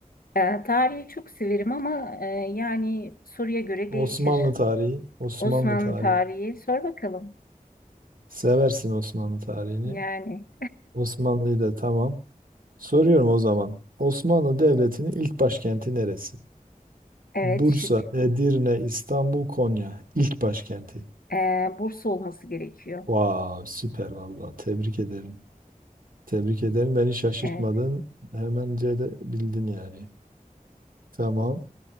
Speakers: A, on the left; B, on the right.
A: E, tarihi çok severim ama e, yani soruya göre
B: Osmanlı
A: değişir.
B: tarihi, Osmanlı
A: Osmanlı
B: tarihi.
A: tarihi sor bakalım.
B: Seversin Osmanlı tarihini.
A: Yani
B: Osmanlı'yı da tamam. Soruyorum o zaman. Osmanlı Devleti'nin ilk başkenti neresi?
A: evet
B: Bursa,
A: şık.
B: Edirne, İstanbul, Konya. İlk başkenti.
A: E, Bursa olması gerekiyor.
B: Vav, süper vallahi. Tebrik ederim. Tebrik ederim. Beni şaşırtmadın.
A: Evet.
B: Hemen de bildin yani. Tamam.